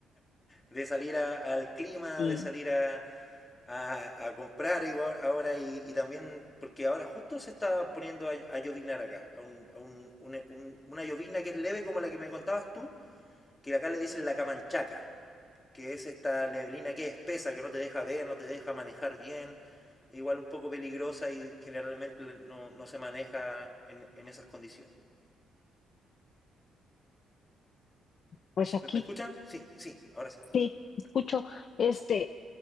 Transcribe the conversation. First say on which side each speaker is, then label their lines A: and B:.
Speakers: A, on the left; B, on the left.
A: de salir a- al clima,
B: Y
A: de salir a, a- a comprar igual ahora y, y también porque ahora justo se está poniendo a, a llovinar acá, a un- a un- un- un- una llovizna que es leve como la que me contabas tú, que acá le dicen la camanchaca, que es esta neblina que es espesa, que no te deja ver, no te deja manejar bien, e igual un poco peligrosa y generalmente no, no se maneja en, en esas condiciones.
B: pues aquí,
A: ¿Me, me escuchan? Sí, sí, ahora sí.
B: sí, escucho, este,